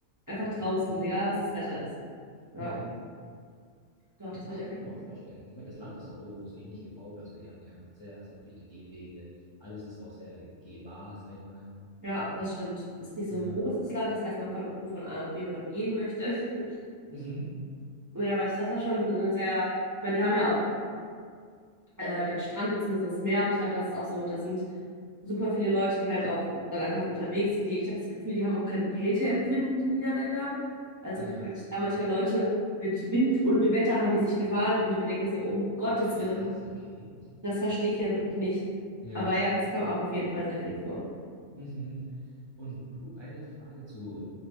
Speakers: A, on the right; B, on the left.
A: einfach draußen, egal was das Wetter ist.
B: ja.
A: Ja, doch, das
B: Ah,
A: will ich
B: kann
A: auf jeden
B: ich
A: Fall.
B: mir auch vorstellen. Ich meine, das Land ist auch irgendwo so ähnlich gebaut. Also, die haben ja sehr, sehr viele Gehwege. Alles ist auch sehr gehbar, sag ich mal.
A: Ja, das stimmt. Ist nicht so
B: Ja.
A: ein großes Land, das heißt, man kommt auch gut von A nach B, wenn man gehen möchte. <laughs>
B: Mhm.
A: Ja, aber das war schon eine sehr, ich meine, die haben ja auch äh, den Strand beziehungsweise das Meer. Und ich glaube, das ist auch so, da sind super viele Leute, die halt auch dann einfach unterwegs sind. Die, ich habe das Gefühl, die haben auch kein Kälteempfinden, die Niederländer. Also
B: Ja.
A: wenn ich da manchmal Leute mit Wind und Wetter haben die sich gebadet, wo ich mir denke, so um Gottes
B: Ach,
A: Willen,
B: krass, okay.
A: das verstehe ich ja wirklich nicht.
B: Ja.
A: Aber ja, das kam auch auf jeden Fall sehr viel vor.
B: Mhm. Und du, eine Frage zu